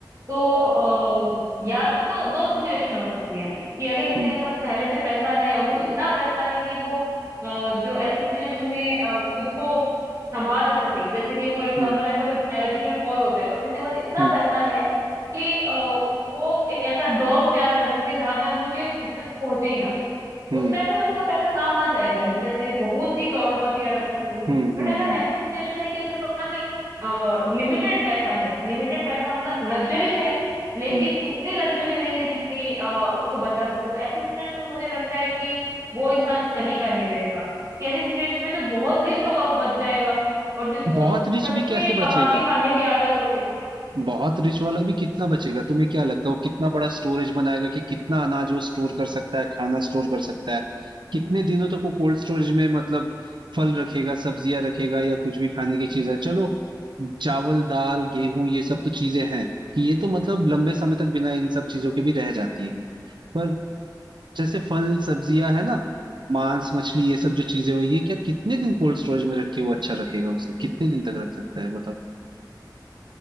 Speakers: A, on the right; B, on the right.
A: तो अ, या तो दो सिचुएशन हो सकती है कि अगर किसी
B: हम्म
A: के पास पहले से पैसा है और वो इतना पैसा है कि वो अ, जो ऐसी सिचुएशन में अ, खुद को संभाल सके जैसे कि फॉर एग्जांपल
B: हम्म
A: ऐसा कोई बायोलॉजिकल वॉर हो जाए और किसी के पास इतना
B: हम्म
A: पैसा है कि अ, वो एक ऐसा डोम तैयार कर सके जहां तक वो चीज खुद तक पहुंचे ही ना
B: हम्म
A: उस टाइम पे तो उसका पैसा काम आ जाएगा जैसे बहुत ही करोड़पति अरबपति हो गए
B: हम्म
A: बट
B: हम्म
A: अगर
B: हम्म
A: ऐसी सिचुएशन है कि उसके पास लिमिटेड पैसा है लिमिटेड पैसा मतलब लग्जरी है लेकिन
B: हम्म।
A: उतनी लग्जरी नहीं है जितनी अ, उसको बचा सके तो ऐसी सिचुएशन में मुझे लगता है कि वो इंसान कहीं का नहीं रहेगा कि ऐसी सिचुएशन में जो बहुत रिच होगा वो बच जाएगा और जिसको
B: बहुत रिच
A: सच
B: भी कैसे
A: में कमा
B: बचेगा
A: के खाने की आदत होगी
B: बहुत रिच वाला भी कितना बचेगा तुम्हें क्या लगता है वो कितना बड़ा स्टोरेज बनाएगा कि कितना अनाज वो स्टोर कर सकता है खाना स्टोर कर सकता है कितने दिनों तक वो कोल्ड स्टोरेज में मतलब फल रखेगा सब्जियां रखेगा या कुछ भी खाने की चीज है चलो चावल दाल गेहूं ये सब तो चीजें हैं कि ये तो मतलब लंबे समय तक बिना इन सब चीजों के भी रह जाती है पर जैसे फल सब्जियां है ना मांस मछली ये सब जो चीजें हुई ये क्या कितने दिन कोल्ड स्टोरेज में रख के वो अच्छा रखेगा उसे कितने दिन तक रख सकता है बताओ